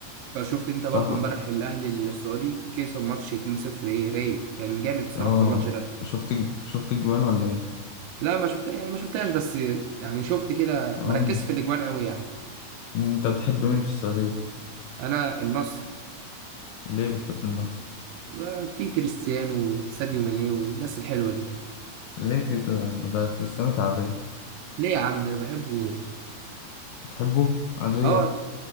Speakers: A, on the right; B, on the left.
A: فشفت انت برضو
B: صح
A: امبارح الاهلي السعودي كسب ماتش 2-0 ايه رايق كان جامد الصراحه
B: اه
A: في الماتش ده
B: ش- شفت ج- شفت الجوان ولا ايه
A: لا ما شفتها يعني ما شفتهاش بس يعني شفت كده مركز
B: اه
A: في الاجوان قوي يعني
B: انت بتحب مين في السعودية
A: انا النصر
B: ليه بتحب النصر
A: آه، في كريستيانو وساديو ماني والناس الحلوه دي
B: ليه كده ده كريستيانو تعبان
A: ليه يا عم ده انا بحبه موت
B: بتحبه آه، ليه
A: اه
B: يا ابني